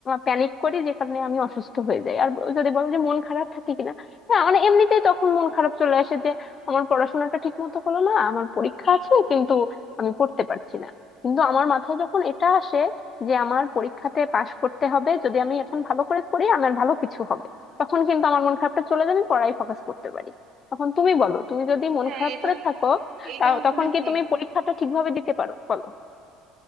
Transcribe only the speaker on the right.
হ্যাঁ
এটা
এটা
আসলে
ঠিক